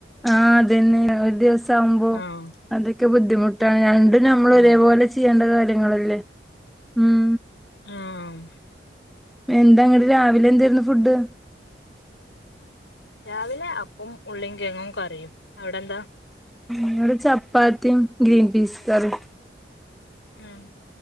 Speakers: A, in the centre; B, on the left.
A: ആഹ് അതന്നെ ഒരു ദിവസം ആവുമ്പോ
B: ആഹ്
A: അത് <unintelligible> ബുദ്ധിമുട്ടാണ് രണ്ടും നമ്മള്
B: ഉം
A: ഒരേപോലെ ചെയ്യേണ്ട കാര്യങ്ങളല്ലേ ഉം
B: ആഹ്
A: എന്താ ഇങ്ങട്‌ രാവിലെ എന്തായിരുന്നു ഫുഡ്?
B: രാവിലെ അപ്പോം ഉള്ളീം കിഴങ്ങും കറിയും. അവിടെ എന്താ?
A: ഇവിടെ ചപ്പാത്തീം ഗ്രീൻ പീസ് കറി.
B: ആഹ്